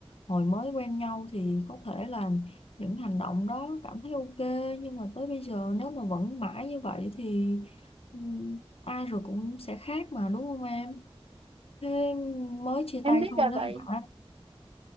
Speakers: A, on the left; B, on the right.
A: Hồi mới quen nhau thì có thể là những hành động đó cảm thấy ok nhưng mà tới bây giờ nếu mà vẫn mãi như vậy thì ừ, ai rồi cũng sẽ khác mà đúng không em? Thế mới chia
B: em
A: tay
B: biết
A: thôi
B: là
A: đó
B: vậy
A: hả?